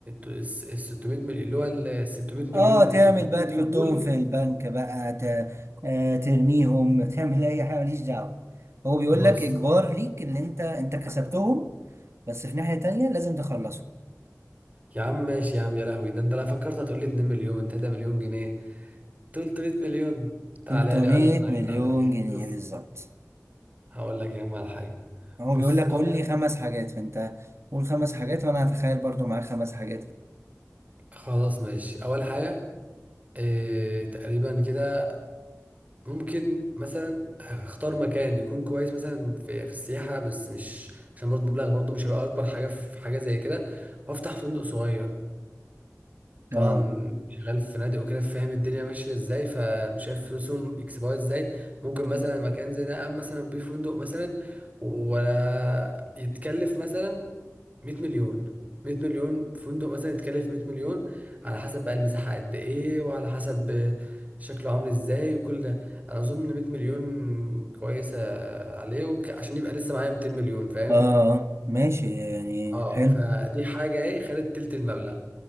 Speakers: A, on the right; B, on the right.
A: ال 600 مليون اللي هو ال 600 مليون
B: اه تعمل
A: ال 300
B: بقى
A: مليون
B: تحطهم
A: دول
B: في البنك بقى ت... آه ترميهم تعمل اي حاجه ماليش دعوه هو بيقول
A: بص
B: لك اجبار ليك ان انت انت كسبتهم بس في ناحيه تانية لازم تخلصهم
A: يا عم ماشي يا عم يا لهوي ده انت لو فكرت هتقول لي 2 مليون 3 مليون جنيه 300 مليون تعالى
B: 300
A: لي اقول لك انا عايز
B: مليون
A: اعمل ايه
B: جنيه
A: بص
B: بالظبط
A: هقول لك يا عم على حاجة
B: هو
A: بص
B: بيقول لك قول
A: أول
B: لي خمس حاجات فانت قول خمس حاجات وانا هتخيل برضو معاك خمس حاجات
A: خلاص ماشي أول حاجة إيه تقريبا كده ممكن مثلا اختار مكان يكون كويس مثلا في في السياحة بس مش عشان برضه مبلغ برضه مش هيبقى أكبر حاجة في حاجة زي كده وأفتح فندق صغير طبعا
B: اه
A: شغال في فنادق وكده فاهم الدنيا ماشيه ازاي فشايف فلوسهم بيكسبوها ازاي ممكن مثلا مكان زي ده قام مثلا بيه فندق مثلا ولا يتكلف مثلا 100 مليون 100 مليون فندق مثلا يتكلف 100 مليون على حسب بقى المساحه قد ايه وعلى حسب شكله عامل ازاي وكل ده انا اظن 100 مليون كويسه عليه وك... عشان يبقى لسه معايا 200 مليون فاهم
B: اه آه، ماشي يعني
A: اه
B: حلو
A: فدي حاجه ايه خدت تلت المبلغ